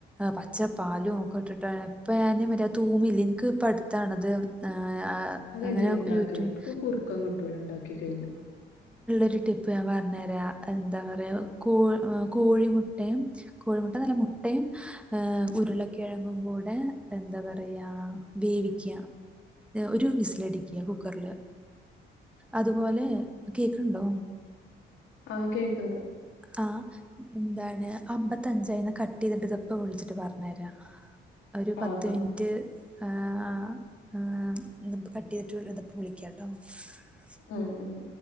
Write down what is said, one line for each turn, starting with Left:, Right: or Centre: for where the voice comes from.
Centre: പച്ചപ്പാലും ഒക്കെ ഇട്ടിട്ട ഇപ്പ മര്യാ തൂമില്ല എനിക്ക് പ്പടുത്താണത് ആ ആ,
Left: അതെങ്ങനെ
Centre: അങ്ങനെ
Left: ഉണ്ടാക്കല്ലേ
Centre: യൂട്യൂബ്
Left: എനിക്ക് കുറുക്കം കിട്ടൂല ഉണ്ടാക്കി കഴിഞ്ഞ.
Centre: ഒരു ടിപ്പ് ഞാൻ പറഞ്ഞരാ എന്താ പറയാ കോ കോഴിമുട്ടയും. കോഴിമുട്ട നല്ല മുട്ടയും ഏ ഉരുളക്കിഴങ്ങും കൂടെ എന്താ പറയാ വേവിക്ക ഒരു വിസിലടിക്ക കുക്കറില് അത് പോലെ കേക്കണ്ടോ?
Left: ആഹ് കേക്കണ്ട്.
Centre: ആ എന്താണ് അമ്പത്തഞ്ചായി കട്ട് ചെയ്തിട്ട് ഇതപ്പ വിളിച്ചിട്ട് പറഞ്ഞ തരാ. ഒരു പത്ത്
Left: ആഹ് ആഹ്
Centre: മിനിറ്റ്. ആ ആ ഇത് ഇപ്പോ കട്ട് ചെയ്തിട്ട് ഇതിപ്പൾ വിളിക്കാം കേട്ടോ.
Left: ആഹ് ആഹ്.